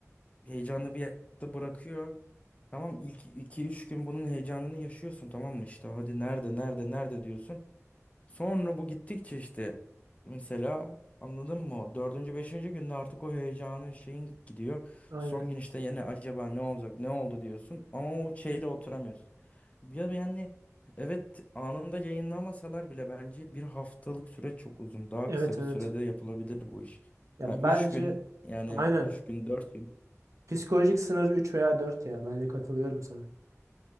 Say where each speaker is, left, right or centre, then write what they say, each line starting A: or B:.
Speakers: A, on the left; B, on the right.
A: heyecanlı bir yerde bırakıyor. Tamam ilk iki üç gün bunun heyecanını yaşıyorsun tamam mı? İşte hadi nerede nerede nerede diyorsun. Sonra bu gittikçe işte mesela anladın mı? o Dördüncü, beşinci günde artık o heyecanın şeyin gidiyor.
B: Aynen.
A: Son gün işte yine acaba ne olacak, ne oldu diyorsun. Ama o şeyle oturamıyorsun. Ya yani evet anında yayınlamasalar bile bence bir haftalık süre çok uzun. Daha
B: Evet
A: kısa bir
B: evet.
A: sürede yapılabilir bu iş.
B: Ya
A: Yani
B: bence
A: üç gün yani
B: aynen.
A: üç gün, dört gün.
B: Psikolojik sınır 3 veya 4 ya. Bence katılıyorum sana.